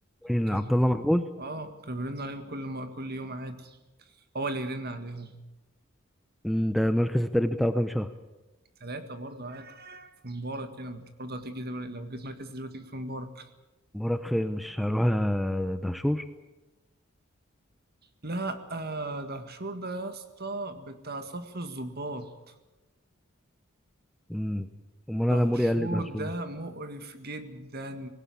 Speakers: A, in the centre; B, on the right.
A: مين
B: كان
A: عبد الله محمود
B: اه كانوا بيرنوا عليه كل ما كل يوم عادي هو اللي يرن عليهم
A: مم، ده مركز التدريب بتاعه كام شهر
B: ثلاثة برضه عادي في مبارك هنا ما انت برضه هتيجي تبقى- لو جيت مركز تدريب هتيجي في مبارك
A: أمورك فين مش هروح آه، دهشور
B: لا آه دهشور ده يا اسطى بتاع صف الضباط
A: مم. أمال أنا
B: دهشور
A: موري قال لي دهشور
B: ده مقرف جدا